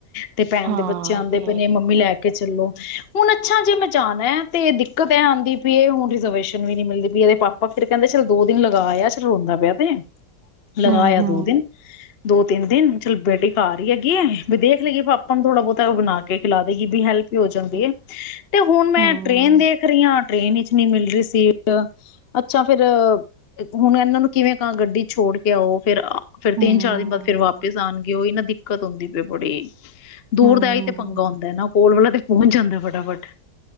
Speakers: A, on the left; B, on the right.
A: ਤੇ ਭੈਣ
B: ਹਾਂ
A: ਦੇ ਬੱਚੇ ਆਉਂਦੇ
B: ਤੇ
A: ਪਏ ਨੇ ਮੰਮੀ ਲੈ ਕੇ ਚਲੋ ਹੁਣ ਅੱਛਾ ਜੇ ਮੈਂ ਜਾਣਾ ਤੇ ਦਿੱਕਤ ਹੈ ਆਉਂਦੀ ਵੀ ਇਹ ਹੁਣ ਰਿਜਰਵੇਸ਼ਨ ਵੀ ਨਹੀਂ ਮਿਲਦੀ। ਇਹਦੇ ਪਾਪਾ ਫਿਰ ਕਹਿੰਦੇ ਦੋ ਦਿਨ ਲਗਾਇਆ ਜ ਰੋਂਦਾ ਪਿਆ ਤੇ ਲਗਾਇਆ
B: ਹੂੰ, ਹੂੰ,
A: ਦੋ ਦਿਨ ਦੋ ਤਿੰਨ ਦਿਨ ਚੱਲ ਬੇਟੀ ਘਾਰ ਈ ਹੈਗੀ ਏ ਵੀ ਦੇਖ ਲੇਗੀ ਪਾਪਾ ਨੂੰ ।ਥੋੜਾ ਬੋਤਾ ਓ ਬਣਾ ਕੇ ਖਿਲਾ ਦੇਗੀ ਵੀ ਹੈਲਪ- ਵੀ ਓ ਜਾਂਦੀ
B: ਹੂੰ,
A: ਏ। ਤੇ ਹੁਣ ਮੈਂ
B: ਹੂੰ,
A: ਟ੍ਰੇਨ ਦੇਖ ਰਈ ਆਂ। ਟ੍ਰੇਨ ਵਿਚ ਨੀ ਮਿਲ ਰੀ ਸੀ। ਅੱਛਾ ਫੇਰ ਹੁਣ ਇਨਾਂ ਨੂੰ ਕਿਵੇਂ ਕਾਂ ਗੱਡੀ 'ਚ ਛੋੜ ਕੇ ਆਓ । ਫੇਰ- ਫੇਰ
B: ਹੂੰ,
A: ਤਿੰਨ ਚਾਰ ਦਿਨ ਬਾਅਦ ਫੇਰ ਵਾਪਿਸ ਆਣਗੇ ਓਈ ਨਾਂ ਦਿਕ- ਕਦੋਂ ਦੀ ਪਏ ਬੜੀ- ਦੂਰ
B: ਹੂੰ,
A: ਦਾ ਏਈ
B: ਹੂੰ।
A: ਤੇ ਪੰਗਾ ਹੁੰਦਾ ਨਾ ਕੋਲ ਹੋ- ਪੋਚ ਜਾਂਦਾ ਫਟਾਫਟ